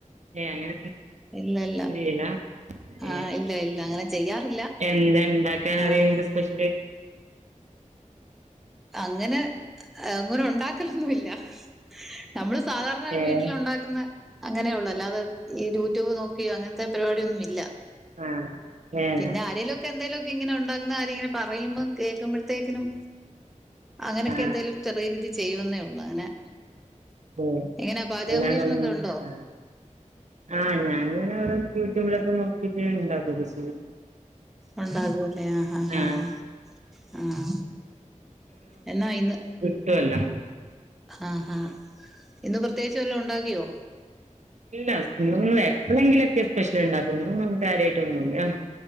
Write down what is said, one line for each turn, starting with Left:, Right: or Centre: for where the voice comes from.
Right: ഏഹ് അങ്ങനെ ഒന്നും
Centre: ഇല്ല ഇല്ല
Right: ചെയ്യൂല്ല.
Centre: ആ
Right: ഏഹ്
Centre: ഇല്ല ഇല്ല അങ്ങനെ ചെയ്യാറില്ല
Right: എന്ത ഇണ്ടാക്കനറിയും
Centre: ആ
Right: ഇങ്ങക് സ്പെഷ്യല്.
Centre: അങ്ങനെ അങ്ങനെ ഉണ്ടാക്കലൊന്നുല്ല നമ്മള് സാധാര്ണ
Right: ഏഹ്
Centre: വീട്ടില് ഉണ്ടാക്ക അങ്ങനെയെ ഉള്ളു അല്ലാതെ ഈ യൂട്യൂബ് നോക്കി അങ്ങനത്തെ പരിപാടിയൊന്നും ഇല്ല.
Right: ആഹ് ഏഹ്
Centre: പിന്നെ ആരേലൊക്ക എന്തേലൊക്ക ഇങ്ങനെ ഉണ്ടാക്ക്ന്ന കാര്യം ഇങ്ങനെ പറയുമ്പ കേൾക്കുമ്പ ത്തേക്കിനും അങ്ങനൊക്കെ
Right: ആഹ്
Centre: എന്തേലും ചെറിയ രീതി ചെയ്യന്നേ ഉള്ളൂ അങ്ങനെ
Right: ഉം
Centre: എങ്ങന പാചക
Right: അല്ലാണ്ടൊന്നും
Centre: പരീക്ഷണൊക്ക ഉണ്ടോ?
Right: ആഹ് ആഹ് ഞാനിങ്ങനെ ഓരോ യൂട്യൂബിലൊക്ക നോക്കീട്ട് ഇണ്ടാക്ക ഒക്കെ ചെയ്യും.
Centre: ഉണ്ടാകുംല്ലേ ആഹഹാ
Right: ആഹ്
Centre: ഹ ഹാ ആഹ് എന്നാ ഇന്ന്
Right: റ്റു അല്ല
Centre: ആഹ് ഹാ ഇന്ന് പ്രത്യേകിച്ച് വല്ലൊം ഉണ്ടാക്കിയോ?
Right: ഇല്ല എപ്പഴെങ്കിലൊക്കെ സ്പെഷ്യല് ഇണ്ടാക്കൊള്ളു ഇന്ന് കാര്യായിട്ടൊന്നുല്ല